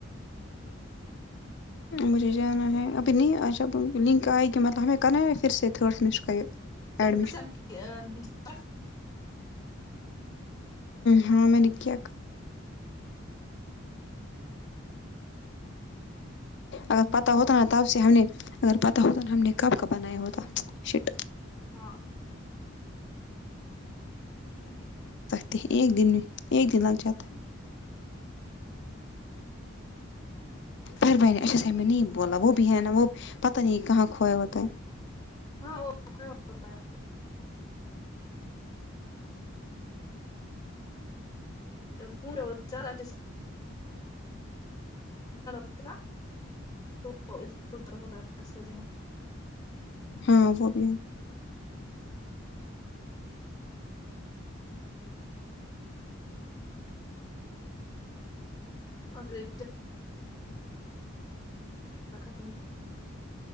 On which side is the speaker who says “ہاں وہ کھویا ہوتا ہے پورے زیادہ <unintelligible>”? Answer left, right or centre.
Left